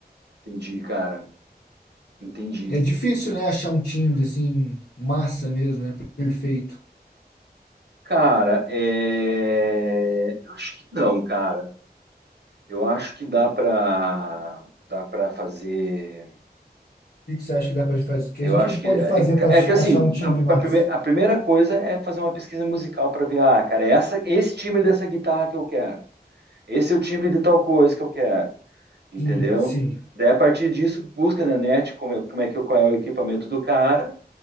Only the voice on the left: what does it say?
É difícil, né, achar um timbre assim, massa mesmo, né, perfeito. O
que que você acha que dá para fazer? O que
a gente,
que a gente
pode
fazer para
achar um timbre
massa?
Sim, sim.